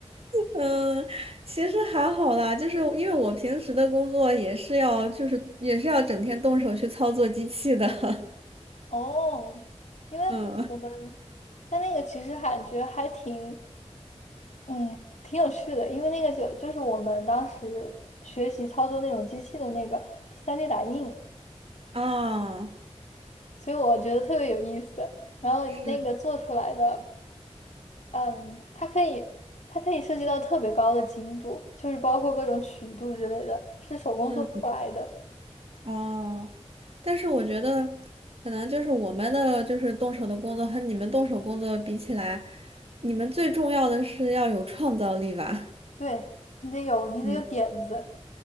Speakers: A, on the right (about 55°); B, on the left (about 80°).
A: 嗯，其实还好啦，就是因为我平时的工作也是要，就是也是要整天动手去操作机器的。<laughs>
B: 哦，因为我们但那个其实感觉还挺
A: 嗯
B: 嗯挺有趣的，因为那个就就是我们当时学习操作那种机器的那个是三 d 打印。
A: 啊，
B: 所以我觉得特别有意思。然后那个做出来的，
A: 是，
B: 嗯，它可以，它可以涉及到特别高的精度，就是包括各种曲度之类的，是手工做不出来的。
A: 嗯哦，但是我觉得可能就是我们的就是动手的工作和你们动手工作比起来，你们最重要的是要有创造力吧。
B: 对，你得有，你得有点子。
A: 嗯